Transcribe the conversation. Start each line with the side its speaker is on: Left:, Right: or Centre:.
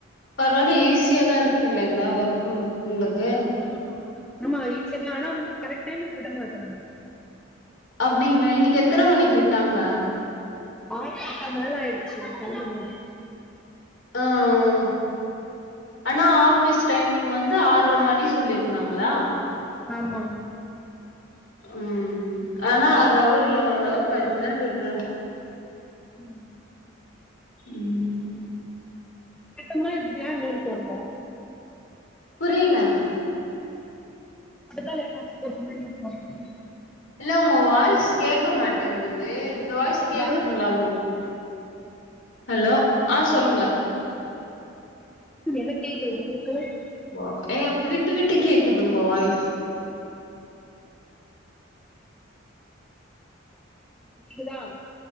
Left: பரவாயில்ல ஈஸியாதான் இருக்கு இல்லங்களா ஒர்க்கு உங்களுக்கு
Centre: ஆமா ஆமா ஆமா ஈசியான வேலை தா ஆனா வந்து கரெக்ட் டைமுக்கு விட மாட்டறாங்க
Left: அப்டிங்களா இன்னைக்கு எத்தனை மணிக்கு விட்டாங்க
Centre: ஆள் தாத்தா மாரி ஆயிடுச்சு என்ன தள்ளும் போது
Left: ஆ ஆ ஆனா ஆஃபீஸ் டைமிங் வந்து ஆறரை மணி சொல்லியிருந்தாங்களா
Centre: ஆமாமா
Left: ம் ஆனா ஆர்ற அவரு இல்ல ஒன்
Centre: மட்டும்தான்
Left: அவர் கழிச்சிதா விடுறாங்க
Centre: ம்
Left: ம்
Centre: இப்பதா இப்டியான்னு நின்னுட்டு வந்தோ
Left: புரியலா
Centre: மட்டுதா கேக்கறா <unintelligible>
Left: இல்ல உங்க வாய்ஸ் கேட்க மாட்டேங்கிது இந்த வாய்ஸ்
Centre: கேட்டுதான்
Left: கேக்குதுங்களா உங்களு அ ஹலோ ஆ சொல்லுங்க
Centre: எனக் கேக்குது உங்களுக்கு
Left: வ எனக்கு விட்டு விட்டு கேக்குது உங்க வாய்ஸ்
Centre: இப்ப கேக்குதா